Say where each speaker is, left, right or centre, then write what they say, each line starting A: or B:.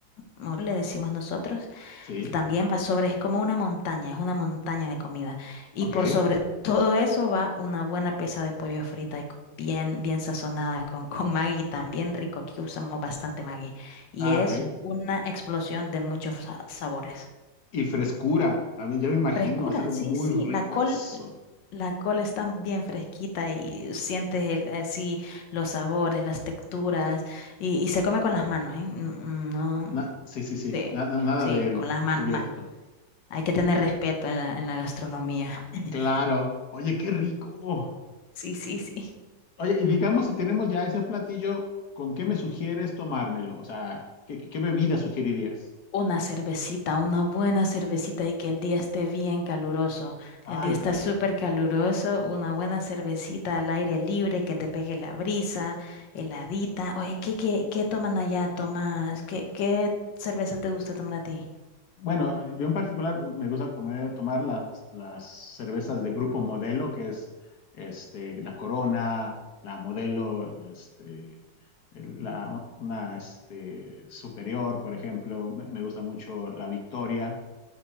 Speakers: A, on the left; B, on the left.
A: como le decimos nosotros,
B: Sí.
A: también va sobre, es como una montaña, es una montaña de comida. Y
B: Ok.
A: por sobre todo eso va una buena pieza de pollo frita y co- bien, bien sazonada con, con Maggi también rico. Aquí usamos bastante Maggi. Y
B: Ah,
A: es
B: ok.
A: una explosión de muchos sa- sabores.
B: Y frescura. A mí, yo me imagino,
A: Frescura,
B: va a ser muy
A: sí, sí.
B: rico
A: La col,
B: eso.
A: la col está bien fresquita y sientes el, así los sabores, las texturas. Y, y se come con las manos, ¿eh? Mm, mm, No,
B: Na- sí, sí, sí.
A: sí,
B: Na- na- nada
A: sí,
B: del
A: con las manos.
B: cubierto.
A: Hay que tener
B: Oye,
A: respeto en la, en la gastronomía. <laughs>
B: claro. Oye, qué rico.
A: Sí, sí, sí.
B: Oye, y digamos, si tenemos ya ese platillo, ¿con qué me sugieres tomármelo? O sea, ¿qué, qué- qué bebida sugerirías?
A: Una cervecita, una buena cervecita y que el día esté bien caluroso.
B: Ay,
A: El día está
B: calla.
A: súper caluroso, una buena cervecita al aire libre, que te pegue la brisa, heladita. Oye, ¿qué, qué, qué toman allá, Tomás? ¿Qué, qué cerveza te gusta tomar a ti?
B: Bueno, yo en particular me gusta comer, tomar las, las cervezas de grupo Modelo, que es este, la Corona, la Modelo, este, el- la, una este, Superior, por ejemplo. Me, me gusta mucho la Victoria,